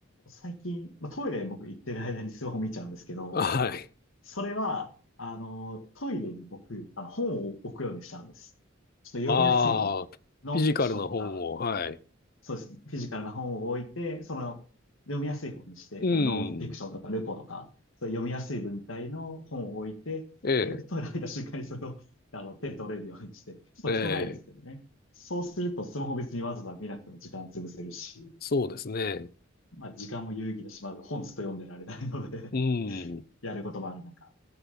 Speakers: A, on the left; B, on the left.
A: 最近、まあ、トイレ僕行ってる間にスマホ見ちゃうんですけど、
B: はい。
A: それは、あの、トイレに僕、あの、本を置くようにしたんです。ちょっと読みやすい本。
B: ああ、フィジカルな本を、
A: ノンフィクションとか、
B: はい。
A: そうです。フィジカルな本を置いて、その、読みやすい本にして、
B: うん。
A: だからノンフィクションとかルポとか、そういう読みやすい文体の本を置いて、
B: え
A: で、トイレ入った瞬間にそれを、あの、手に取れるようにして、ちょっと汚いですけどね。
B: え、ええ、
A: そうすると、スマホ別にわざわざ見なくても時間潰せるし、
B: そうですね。
A: まあ、時間も有意義だし、まあ、本ずっと読んでられないので
B: う
A: <laughs>
B: ん。
A: やることもある中。